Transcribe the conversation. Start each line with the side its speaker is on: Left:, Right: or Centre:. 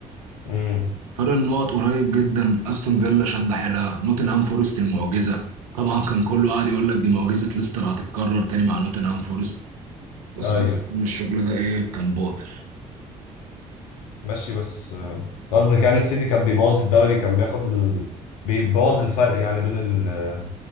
Left: امم
Right: فرق النقط قريب جدا استون فيلا شد حيلها نوتنهام فورست المعجزة طبعا كان كله قاعد يقول لك دي معجزة ليستر هتتكرر تاني مع نوتنهام فورست بس
Left: ايوه
Right: طبعا الشغل ده ايه كان باطل
Left: ماشي بس آه، قصدك يعني السيتي كان بيبوظ الدوري كان بياخد ال... بيبوظ الفرق يعني بين ال...